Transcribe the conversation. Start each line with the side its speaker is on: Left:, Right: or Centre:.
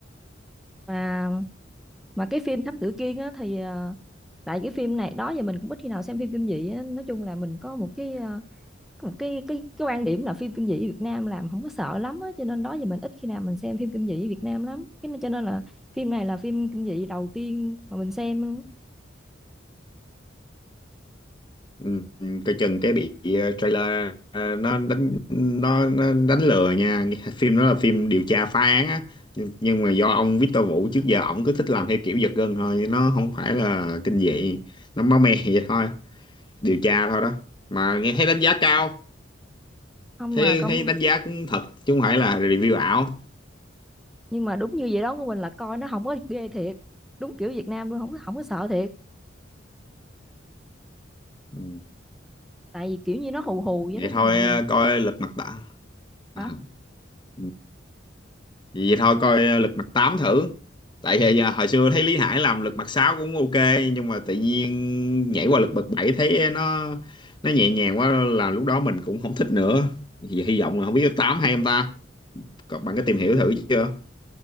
Centre: mà mà cái phim Thám Tử Kiên á thì ờ, tại cái phim này đó giờ mình cũng ít khi nào xem phim kinh dị á, nói chung là mình có một cái ờ, có một cái cái cái quan điểm là phim kinh dị Việt Nam làm không có sợ lắm á, cho nên đó giờ mình ít khi nào mình xem phim kinh dị Việt Nam lắm. Cái nên cho nên là phim này là phim kinh dị đầu tiên mà mình xem luôn á.
Left: ừ, ừ, coi chừng cái bị ờ, trailer ờ, nó đánh nó, nó đánh lừa nha phim đó là phim điều tra phá án á nhưng, nhưng mà do ông Victor Vũ trước giờ ổng cứ thích làm theo kiểu giật gân thôi nó không phải là kinh dị nó máu me <laughs> vậy thôi điều tra thôi đó mà nghe thấy đánh giá cao
Centre: không
Left: thế
Centre: mà công
Left: hay đánh giá cũng thật chứ không phải là review ảo
Centre: nhưng mà đúng như vậy đó của mình là coi nó không có ghê thiệt đúng kiểu Việt Nam luôn không có không có sợ thiệt
Left: ừ.
Centre: tại vì kiểu như nó hù hù
Left: vậy
Centre: vậy đó
Left: thôi
Centre: nhưng mà nhìn
Left: ờ, coi lật mặt tám à.
Centre: hả
Left: ừ. vậy thôi coi ờ, lật mặt 8 thử tại vì ờ, hồi xưa thấy Lý Hải làm lật mặt 6 cũng ok nhưng mà tự nhiên nhảy qua lật mặt 7 thấy nó nó nhẹ nhàng quá là lúc đó mình cũng không thích nữa vậy hy vọng là không biết 8 hay không ta còn bạn có tìm hiểu thử chưa